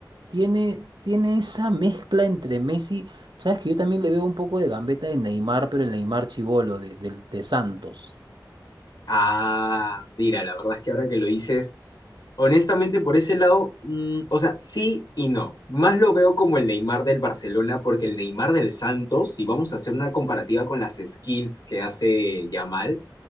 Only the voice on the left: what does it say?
Ah, mira, la verdad es que ahora que lo dices, honestamente por ese lado, mm, o sea, sí y no. Más lo veo como el Neymar del Barcelona, porque el Neymar del Santos, si vamos a hacer una comparativa con las skills que hace Yamal,